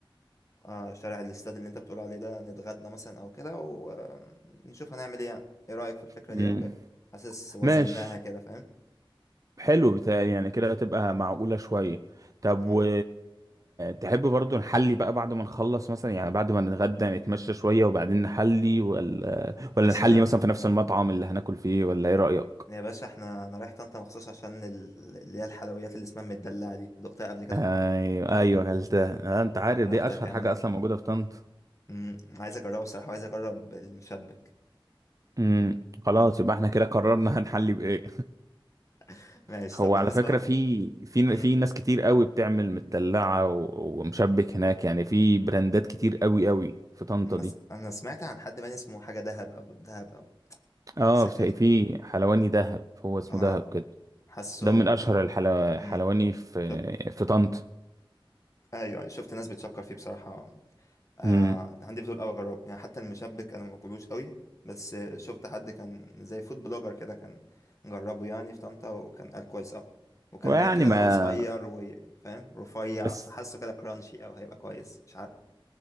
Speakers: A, on the left; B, on the right.
A: آه شارع الاستاد اللي انت بتقول عليه ده نتغدى مثلا او كده ونشوف هنعمل ايه يعني. ايه رأيك في الفكرة
B: امم
A: دي او كده حاسس وزناها
B: ماشي
A: كده فاهم
B: حلو بتهيألي يعني كده هتبقى معقولة شوية طب
A: مم.
B: و تحب برضو نحلي بقى بعد ما نخلص مثلا يعني بعد ما نتغدى نتمشى شوية وبعدين نحلي ولا ولا
A: يا سلام
B: نحلي مثلا في نفس المطعم اللي هناكل فيه ولا ايه رأيك؟
A: يا باشا احنا انا رايح طنطا مخصوص عشان ال- اللي هي الحلويات اللي اسمها المدلعة دي دقتها قبل كده
B: ايوه ايوه غلتها آه، انت عارف
A: واخدك
B: دي اشهر
A: يا عم
B: حاجة اصلا موجودة في طنطا
A: مم. عايز اجربها بصراحة وعايز اجرب المشبك
B: امم خلاص يبقى احنا كده قررنا هنحلي بايه
A: <laughs>
B: <laughs>
A: ماشي
B: هو
A: طب بالنسبة
B: على فكرة
A: بقى
B: في في
A: مم.
B: في ناس كتير قوي بتعمل مدلعة و- ومشبك هناك يعني في براندات كتير قوي قوي في طنطا
A: انا
B: دي
A: س- أنا سمعت عن حد باين اسمه حاجة دهب او الدهب او
B: اه
A: السكة
B: في
A: دي
B: في حلواني دهب هو اسمه
A: اه
B: دهب كده
A: حاسه
B: ده من اشهر الحلواني
A: مم.
B: في
A: شفت
B: في طنطا
A: ايوه أيوه، شفت ناس بتشكر فيه بصراحة آه
B: امم
A: عندي فضول قوي اجربه يعني حتى المشبك انا ما باكلوش قوي بس آه، شفت حد كان زي فود بلوجر كده كان جربه يعني في طنطا وكان قال كويس قوي وكان
B: ويعني
A: باين كده
B: ما
A: ان هو صغير وفاهم رفيع
B: بس
A: فحسه كده كرانشي قوي هيبقى كويس مش عارف